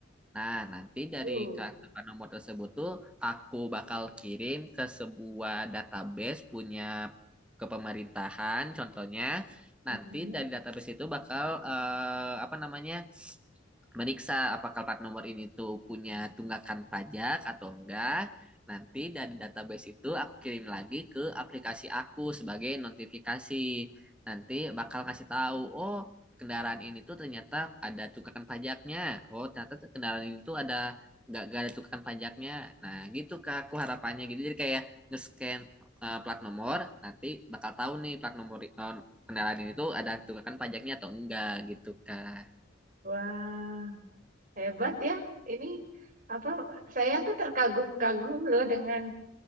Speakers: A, in the centre; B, on the right.
A: Nah, nanti dari
B: uh,
A: karakter plat nomor tersebut tuh aku bakal kirim ke sebuah database punya kepemerintahan, contohnya.
B: mm-mm.
A: Nanti dari database itu bakal eh, apa namanya? meriksa apakah plat nomor ini tuh punya tunggakan pajak atau enggak. Nanti dari database itu aku kirim lagi ke aplikasi aku sebagai notifikasi. Nanti bakal ngasih tahu, oh kendaraan ini tuh ternyata ada tunggakan pajaknya. Oh ternyata tuh kendaraan ini tuh ada nggak nggak ada tunggakan pajaknya. Nah gitu kak, aku harapannya gitu. Jadi kayak nge-scan eh, plat nomor, nanti bakal tahu nih plat nomor eh, kendaraan ini tuh ada tunggakan pajaknya atau enggak gitu kak.
B: Wah, hebat ya. Ini apa? Saya tuh terkagum-kagum loh dengan